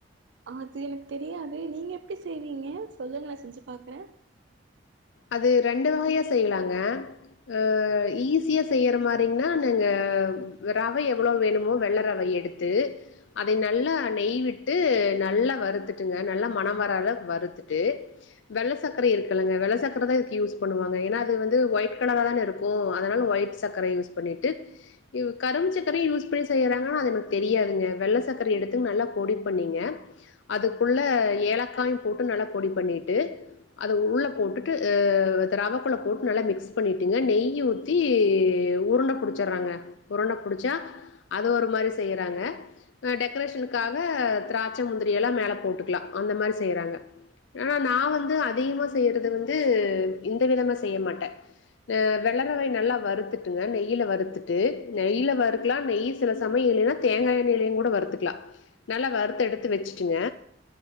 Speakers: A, on the right; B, on the left.
A: அது எனக்கு தெரியாதே நீங்க எப்டி செய்வீங்க? சொல்லுங்களே செஞ்சு பாக்ற
B: அது ரெண்டு வகைய செய்லாங்க, ஆ ஈஸியா செய்ற மாரிங்னா, நாங்க ரவை எவ்ளோ வேணுமோ வெள்ள ரவைய எடுத்து அதை நல்லா நெய்விட்டு நல்லா வறுத்துட்டுங்க நல்லா மணம்வர அளவுக்கு வறுத்துட்டு வெள்ள சக்கர இருக்கலங்க வெள்ள சக் கரதா இதுக்கு யூஸ் பண்ணுவாங்க. ஏனா அது வந்து வொயிட் கலராதான இருக்கு. அதனால வொயிட் சக்கர யூஸ் பண்ணிட்டு யு கரும்புசக்கரையு யூஸ் பண்ணி செய்றாங்க அது எனக்கு தெரியாதுங்க. வெள்ள சக்கர எடுத்து நல்லா பொடி பண்ணிங்க அதுக்குள்ள ஏலக்காயும் போட்டு நல்லா பொடி பண்ணிட்டு அத உள்ள போட்டு டு அ ரவக்குள்ள போட்டு நல்ல மிக்ஸ் பண்ணிட்டுங்க நெய் ஊத்தி உருண்ட புடிச்சட்றாங்க, உருண்ட புடிச்சா அது ஒரு மாரி செய்றாங்க, அ டெக்ரேஷனுக்காக திராட்ச முந்திரிலா மேல போட்டுக்லா. அந்த மாரி செய்றாங்க. ஆனா நா வந்து அதிகமா செய்றது வந் து இந்த விதமா செய்ய மாட்ட, அ வெள்ள ரவைய நல்லா வறுத்துட்டுங்க நெய்ல வறுத்துட்டு நெய்ல வறுக்கலா நெய் சில சமயம் இல்லனா தேங்கா எண்ணைலையு கூட வறுத்துக்லா. நல்லா வறுத்த எடுத்து வச்சுட்டுங்க